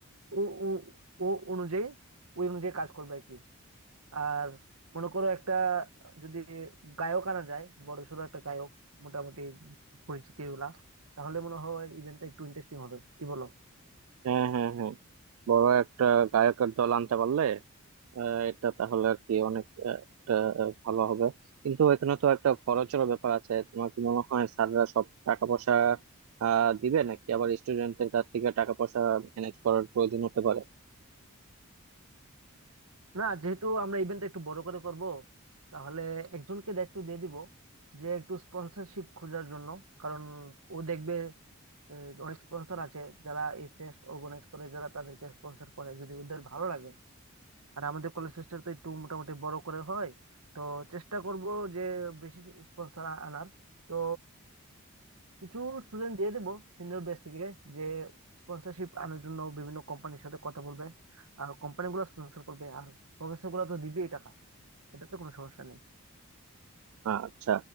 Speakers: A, on the right (about 85°); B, on the right (about 75°).
A: ও ও ও অনুযায়ী ওই অনুযায়ী কাজ করবে আর কি আর মনে করো একটা যদি গায়ক আনা যায় বড়সড় একটা গায়ক মোটামুটি পরিচিতি গুলা তাহলে মনে হয় ইভেন্টটা একটু ইন্টারেস্টিং হবে কি বলো
B: হ্যাঁ হ্যাঁ হ্যাঁ বড় একটা গায়কের দল আনতে পারলে আহ, এটা তাহলে আর কি অনেক আহ, একটা, আহ, ভালো হবে কিন্তু এখানে তো একটা খরচেরও ব্যাপার আছে তোমার কি মনে হয় স্যাররা সব টাকা পয়সা আহ দিবে নাকি আবার স্টুডেন্টদের কাছ থেকে টাকা পয়সা ম্যানেজ করার প্রয়োজন হতে পারে
A: না যেহেতু আমরা ইভেন্টটা একটু বড় করে করব তাহলে একজনকে দায়িত্ব দিয়ে দিব যে একটু স্পন্সরশিপ খোঁজার জন্য কারণ ও দেখবে আহ, অনেক স্পন্সর আছে যারা এই ফেস্ট অর্গানাইজ করে যারা তাদেরকে স্পন্সর করে যদি ওদের ভালো লাগে আর আমাদের কলেজ ফেস্টটা তো একটু মোটামুটি বড় করে হয় তো চেষ্টা করব যে বেশি স্পন্সর আনার তো কিছু স্টুডেন্ট দিয়ে দেবো সিনিয়র ব্যাচ থেকে যে স্পন্সরশিপ আনার জন্য বিভিন্ন কোম্পানির সাথে কথা বলবে আর কোম্পানিগুলো স্পন্সর করবে আর প্রফেসর গুলো তো দিবেই টাকা এটাতে কোনো সমস্যা নেই
B: আচ্ছা